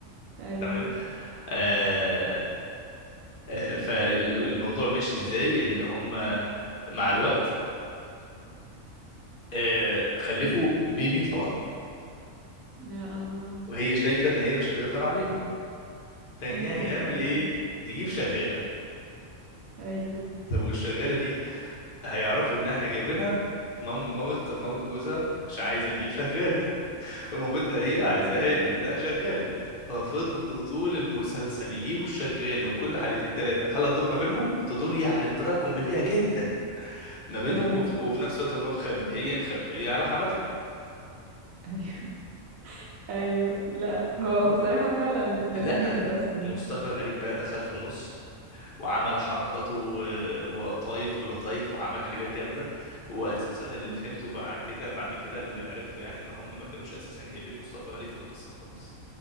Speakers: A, on the right (about 85°); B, on the left (about 45°).
A: ايوه
B: تمام آه آه فالموضوع ماشي ازاي ان هما مع الوقت آه خلفوا بيبي طبعا
A: يا الله
B: وهي شايفه ان هي مش هتقدر عليهم فان
A: اي
B: هيعمل
A: حد شاف
B: ايه
A: كده
B: نجيب شغاله
A: ايوه
B: طب والشغاله دي هيعرفوا ان احنا جايبينها مام- مامة مامة جوزها مش عايزه تجيب شغاله <laughs> مامتها هي عايزاها
A: ايوه
B: يتجاب لها شغاله ففضلوا طول المسلسل يجيبوا الشغاله وكل حلقتين ثلاثه الحلقه تدور ما بينهم تدور يعني بطريقه كوميديه جدا ما بينهم
A: ايوه
B: وفي, وفي نفس الوقت هم مخبيه مخبيه على حماتها
A: ايوه ايوه لا هو بصراحة فعلا لذيذ
B: لا
A: اصلا
B: مصطفى غريب بقى دخل في النص وعمل حركاته و- ولطايف ولطايف وعمل حاجات جامده واساسا اللي فهمته بعد كده بعد كده اللي عرفته يعني ان هم ما كانوش اساسا جايبين مصطفى غريب في القصه خالص